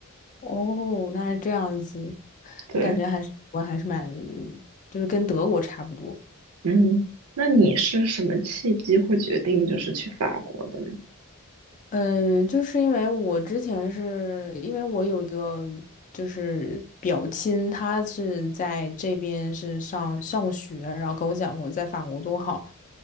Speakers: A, on the left (about 35°); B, on the right (about 75°).
A: 哦，那是这样子，
B: 对，
A: 那感觉还是我还是蛮，就是跟德国差不多。
B: 嗯，那你是什么契机会决定就是去法国的呢？
A: 嗯，就是因为我之前是因为我有一个就是表亲，他是在这边是上上学，然后跟我讲过在法国多好。